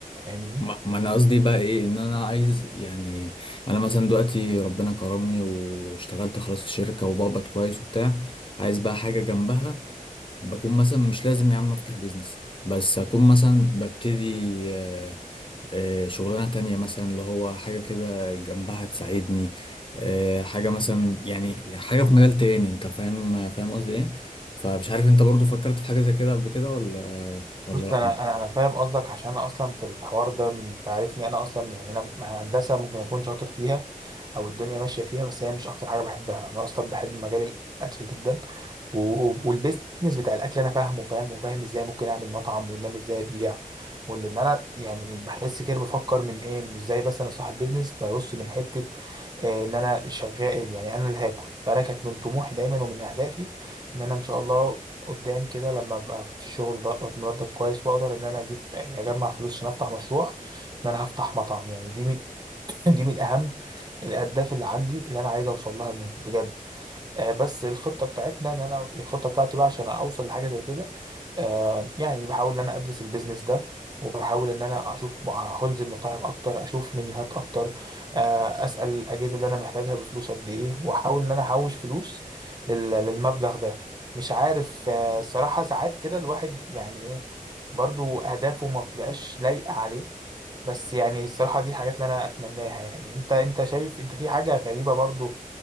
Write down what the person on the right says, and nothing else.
فاهمني
بص
انا انا انا فاهم قصدك عشان انا اصلا في الحوار ده م- انت عارفني انا اصلا يعني انا هندسة ممكن اكون شاطر فيها او الدنيا ماشيه فيها بس هي مش اكتر حاجه بحبها انا اصلا بحب مجال الاكل جدا و- والبيزنس بتاع الاكل انا فاهمه وفاهم وفاهم ازاي ممكن اعمل مطعم وان انا ازاي ابيع وان انا يعني بحس كده بفكر من ايه مش زي بس انا صاحب بيزنس ببص من حته آه، ان انا شغال يعني انا اللي هاكل فانا كانت من طموحي دايما ومن اهدافي ان انا ان شاء الله قدام كده لما ابقى في الشغل بقى مرتب كويس واقدر ان انا اجيب يعني اجمع فلوس عشان افتح مشروع ان انا هفتح مطعم يعني دي دي من اهم الاهداف اللي عندي اللي انا عايز اوصل لها مو بجد آه بس الخطه بتاعتنا ان انا الخطه بتاعتي بقى عشان اوصل لحاجه زي كده آه يعني بحاول ان انا ادرس البيزنس ده وبحاول ان انا اشوف م- هنزل مطاعم اكتر اشوف منيوهات اكتر آه اسال الاجهزه اللي انا محتاجها بفلوس قد ايه واحاول ان انا احوش فلوس لل- للمبلغ ده مش عارف آه الصراحه ساعات كده الواحد يعني ايه برضو اهدافه ما بتبقاش لايقه عليه بس يعني الصراحة دي الحاجات اللي أنا أتمناها يعني أنت أنت شايف أنت في حاجة غريبة برضو